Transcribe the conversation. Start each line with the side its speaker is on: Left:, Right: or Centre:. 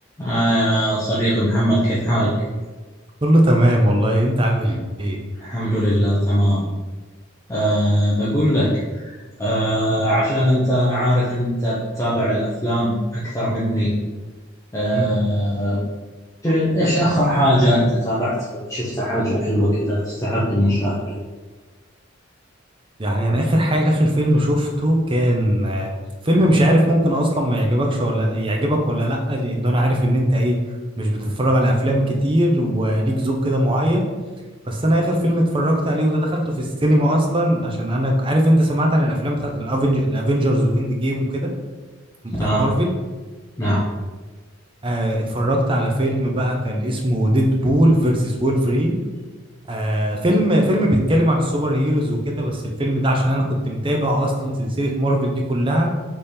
Left: آه يا صديقي محمد كيف حالك؟
Right: كله تمام والله انت عامل ايه
Left: الحمد لله تمام آه بقول لك آه
Right: مم.
Left: عشان أنت أنا عارف أنت بتتابع الأفلام أكثر مني آه
Right: مم.
Left: إيش آخر حاجة أنت تابعتها شفت حاجة حلوة كذا تستحق المشاهدة؟
Right: يعني انا اخر حاجه اخر فيلم شفته كان آه، فيلم مش عارف ممكن اصلا ما يعجبكش ولا يعجبك ولا لا لان انا عارف ان انت ايه مش بتتفرج على افلام كتير وليك ذوق كده معين بس انا اخر فيلم اتفرجت عليه وده دخلته في السينما اصلا عشان انا ك- عارف انت سمعت عن الافلام بتاعت الافنج الافنجرز واند جيم وكده بتاعت
Left: آه
Right: مارفل
Left: نعم
Right: آه، اتفرجت على فيلم بقى كان اسمه ديد بول فيرسس وولفرين آه فيلم فيلم بيتكلم عن السوبر هيروز وكده بس الفيلم ده عشان انا كنت متابع اصلا سلسلة مارفل دي كلها